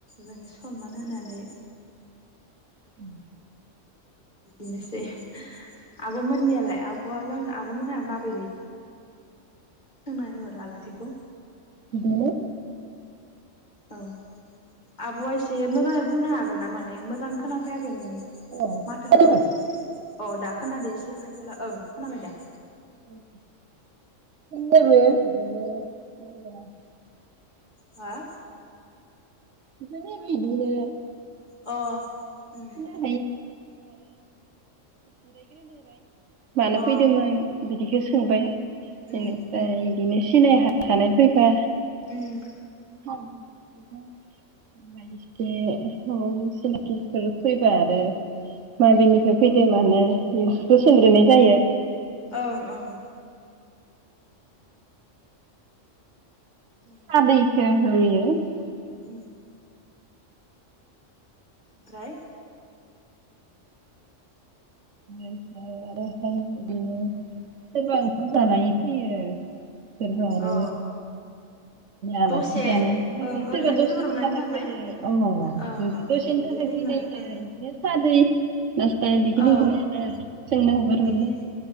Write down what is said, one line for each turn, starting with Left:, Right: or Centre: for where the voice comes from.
Left: जों सनमान होनानै
Right: उम।
Left: बिदिनोसै। आब' मोननियालाय आब? बुङालां आब'मोनान आ मा बायदि? सोंनाय हराव आलासिखौ।
Right: बिदिनो
Left: औ आब'आ एसे मोजाङै बुंनो हागोन ना माने मोजां खोनाफैयाखै नोंनि?
Right: अ
Left: माथोखौ।
Right: खोनाबाय
Left: अ' दा खोनादों एसे खाथिआव ला, ओं खोनाबाय दे।
Right: उम। <unintelligible>
Left: हा?
Right: बिदिनो-बिदिनो।
Left: अ'
Right: <unintelligible> <unintelligible>
Left: उम
Right: मानो
Left: अ
Right: फैदोंमोन? बिदि बेखौ सोंबाय?
Left: उम
Right: बेनिफ्राय इदिनो सिनाय हाखानाय फैबा
Left: उम।
Right: ायसेम <unintelligible> फैबा आरो माबेनिफ्राय फैदो मानो बेफोरखौ सोंग्रोनाय जायो।
Left: ओं-ओं। उम
Right: <inaudible> आदैखो <unintelligible>
Left: उम ओमफ्राय
Right: <inaudible> आरो बिदिनो सोरबा ओंखाम जानानै फैयो। सोरबा आरो
Left: अ
Right: आलासि
Left: दसे
Right: जानो फैयो,
Left: ओं ओरैनो
Right: सोरबा दसेनि
Left: फैब्रबनानै
Right: थाखाय
Left: थांनाय
Right: फैयो। अ'
Left: ओं
Right: दसेनि
Left: ओं बिदि
Right: थाखाय
Left: फैयोमा
Right: फैनायनो
Left: ओं
Right: बिदिनो सा-दै <unintelligible> जोंना
Left: औ
Right: हगार <unintelligible>
Left: बेखिनि